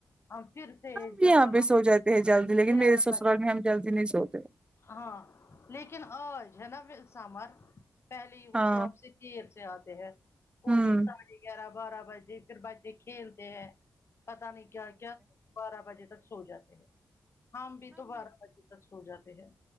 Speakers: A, on the left; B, on the right.
A: ہم پھر سے
B: ہم بھی
A: جا
B: یہاں پہ
A: ہم
B: سو جاتے ہیں جلدی لیکن
A: گیارہ
B: میرے سسرال
A: بج
B: میں ہم جلدی نہیں سوتے
A: ہاں لیکن آج ہے نا پھر سامر پہلے ہی وہ
B: ہاں
A: شاپ سے دیر سے آتے ہیں وہ
B: ہوں
A: بھی سا ڑھے گیارہ بارہ بجے پھر بچے کھیلتے ہیں پتہ نہیں کیا کیا بارہ بجے تک سو جاتے ہیں ہم بھی تو بارہ بجے تک سو جاتے ہیں